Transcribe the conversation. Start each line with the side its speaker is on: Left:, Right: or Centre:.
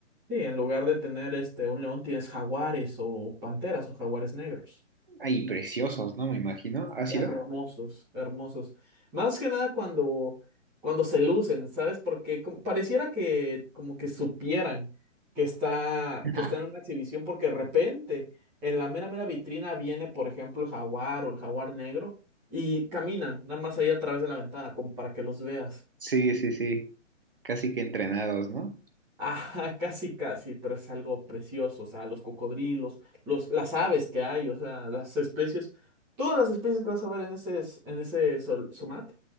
Centre: Sí, en lugar de tener este, un león, tienes jaguares o panteras o jaguares negros.
Right: Ay, preciosos, ¿no? Me imagino. ¿Ha sido?
Centre: Hermosos, hermosos. Más que nada cuando, cuando se lucen, ¿sabes? Porque como- pareciera que como que supieran que está,
Right: <laughs>
Centre: que está en una exhibición, porque de repente en la mera mera vitrina viene, por ejemplo, el jaguar o el jaguar negro y caminan nada más ahí a través de la ventana como para que los veas.
Right: Sí, sí, sí. Casi que entrenados, ¿no?
Centre: Ajá, <laughs> casi, casi, pero es algo precioso. O sea, los cocodrilos, los, las aves que hay, o sea, las especies, todas las especies que vas a ver en ese, en ese Somat